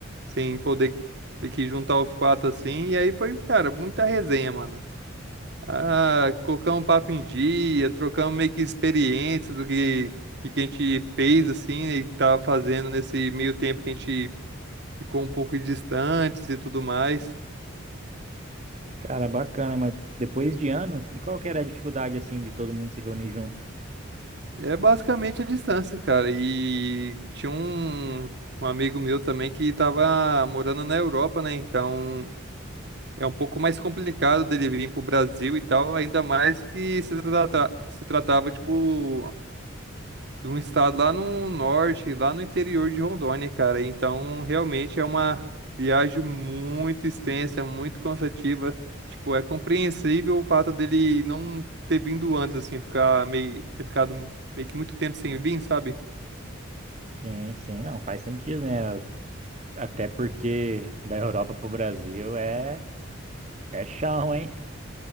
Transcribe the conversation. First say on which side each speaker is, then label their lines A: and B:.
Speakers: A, on the right (about 55°); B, on the right (about 35°).
A: sem poder meio que juntar os quatro, assim. E aí foi, cara, muita resenha, mano. Ah, colocamos papo em dia, trocamos meio que experiências do que, que que a gente fez, assim, né, e que tava fazendo nesse meio tempo que a gente ficou um pouco distantes e tudo mais.
B: Cara, bacana, mas depois de anos, e qual que era a dificuldade, assim, de todo mundo se reunir junto?
A: É basicamente a distância, cara. E tinha um, um amigo meu também que estava morando na Europa, né? Então é um pouco mais complicado dele vir pro Brasil e tal, ainda mais que se trata- se tratava, tipo, de um estado lá no norte, lá no interior de Rondônia, cara. Então, realmente é uma viagem muito extensa, muito cansativa. Tipo, é compreensível o fato dele não ter vindo antes, assim, ficar meio, ter ficado meio que muito tempo sem vir, sabe?
B: Sim, sim, não, faz sentido, né? Até porque da Europa pro Brasil é, é chão, hein?